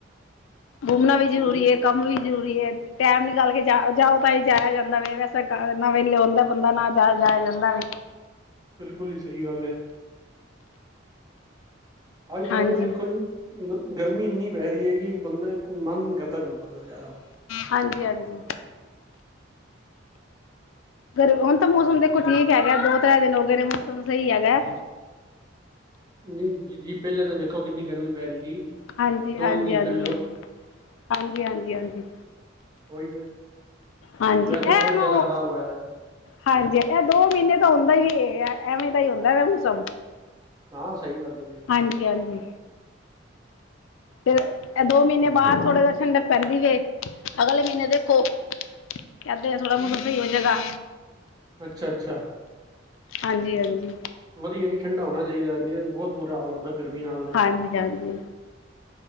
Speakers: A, on the left; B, on the right.
A: ਘੁੰਮਣਾ ਵੀ
B: ਕਿਉਂਕਿ
A: ਜ਼ਰੂਰੀ ਏ ਕੰਮ ਵੀ ਜ਼ਰੂਰੀ ਏ। ਟੈਮ ਨਿਕਲ ਕੇ ਜਾ ਜਾਓ ਤਾਂ ਹੀ ਜਾਇਆ ਜਾਂਦਾ ਵੇ ਵੈਸੇ ਨਾ ਵੇਲੇ ਹੋ ਬੰਦਾ ਨਾ ਜਾ ਜਾਇਆ ਜਾਂਦਾ ਵੇ।
B: ਬਿਲਕੁਲ ਜੀ ਸਹੀ ਗੱਲ ਏ। ਅੱਜ-ਕੱਲ੍ਹ
A: ਹਾਂਜੀ
B: ਤਾਂ ਦੇਖੋ ਜੀ ਗਰਮੀ ਇੰਨੀ ਪੈ ਰਹੀ ਏ ਕਿ ਬੰਦਾ ਕੋਈ ਮਨ ਨੀ ਕਰਦਾ ਕਿਧਰ ਘੁੱਮਣ ਦਾ ਜ਼ਿਆਦਾ
A: ਹਾਂਜੀ-ਹਾਂਜੀ। ਗਰ ਹੁਣ ਤਾਂ ਮੌਸਮ ਦੇਖੋ ਠੀਕ ਹੈਗਾ। ਦੋ-ਤ੍ਰੈ ਦਿਨ ਹੋ ਗਏ ਨੇ ਮੌਸਮ ਸਹੀ ਹੈਗਾ।
B: ਨਹੀਂ ਜੀ ਪਹਿਲੇ ਤਾਂ ਵੇਖੋ ਕਿੰਨੀ ਗਰਮੀ ਪੈ ਰਹੀ ਸੀ।
A: ਹਾਂਜੀ-ਹਾਂਜੀ-ਹਾਂਜੀ-ਹਾਂਜੀ-ਹਾਂਜੀ-ਹਾਂਜੀ-ਹਾਂਜੀ।
B: ਦੋ ਤਿੰਨ ਦਿਨ ਪਹਿਲੇ ਉਹ- ਉਹੀ ਤੇ
A: ਹਾਂਜੀ
B: ਵੈਦਰ
A: ਇਹ
B: ਬਹੁਤ
A: ਮੈਂ
B: ਜਿਆਦਾ
A: ਉਹ
B: ਖ਼ਰਾਬ ਹੋਇਆ ਦਾ
A: ਹਾਂਜੀ ਇਹ ਦੋ ਮਹੀਨੇ ਤਾਂ ਹੁੰਦਾ ਹੀ ਏ ਐਵੇਂ ਦਾ ਹੀ ਹੁੰਦਾ ਮੌਸਮ।
B: ਹਾਂ ਸਹੀ ਗੱਲ ਏ।
A: ਹਾਂਜੀ-ਹਾਂਜੀ। ਫਿਰ ਦੋ ਮਹੀਨੇ ਬਾਅਦ ਥੋੜ੍ਹਾ ਜਿਆ ਠੰਡਕ ਪੈਂਦੀ ਜੇ। ਅਗਲੇ ਮਹੀਨੇ ਦੇਖੋ ਯਾਂ ਤੇ ਥੋੜਾ ਮੋਸਮ ਸਹੀ ਹੋ ਜੇਗਾ।
B: ਅੱਛਾ, ਅੱਛਾ।
A: ਹਾਂਜੀ, ਹਾਂਜੀ।
B: ਵਦੀਆ ਜੀ ਠੰਢਾ ਹੋਨਾ ਚਾਈਦਾ ਨੀ ਤੇ, ਬੋਤ ਬੁਰਾ ਹਾਲ ਹੁੰਦਾ ਗਰਮੀ ਨਾਲ ਤੇ
A: ਹਾਂਜੀ ਹਾਂਜੀ